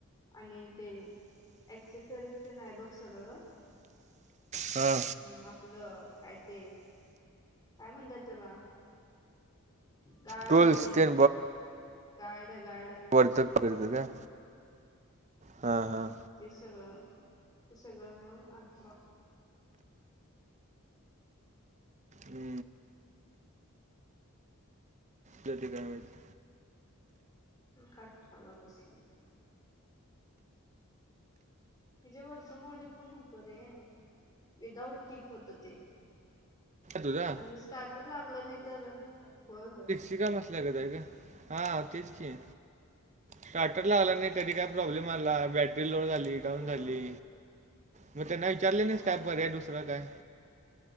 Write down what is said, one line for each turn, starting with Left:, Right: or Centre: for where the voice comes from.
Left: आणि ते एक्सेसरीज तेन हाय नाही बघ सगळं
Right: हा
Left: हम् आपलं काय ते काय म्हणत्यात त्याला गार्ड
Right: टूल्स
Left: तेन
Right: ते
Left: गार्ड गार्ड
Right: वरचढ भरायच काय हा हा
Left: ते सगळं ते सगळं मिळून अठरा
Right: हू जाती काय माहित
Left: कठ्याला बसली त्याज्या वरचं मॉडेल पण होत रे विदाउट किक होतं ते
Right: तुझा
Left: म्हणजे स्टार्टर लागलं नाही तर होय होय
Right: <unintelligible> हां. तेच की. स्टार्टर लागला नाही. कधी काय प्रॉब्लेम आला बॅटरी लो झाली- डाऊन
Left: होय
Right: झाली. मग त्यांना विचारले नाहीस
Left: होय
Right: काय? पर्याय दुसरा काय?